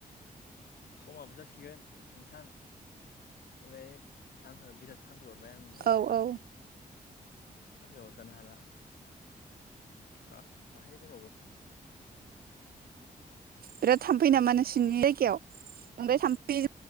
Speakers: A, on the left; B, on the right.
A: समाबो जासिगोन नोंथां ओमफाय आंखो बिराद थामफै अरबाय आं न'आव
B: औ
A: थांनांसिगोन
B: औ
A: थामफै अरजानो हाला। र' बाहाय दोंबावो।
B: बिराथ थाम्फै नामा नोंसिनि जायगायाव ओमफाय थामफै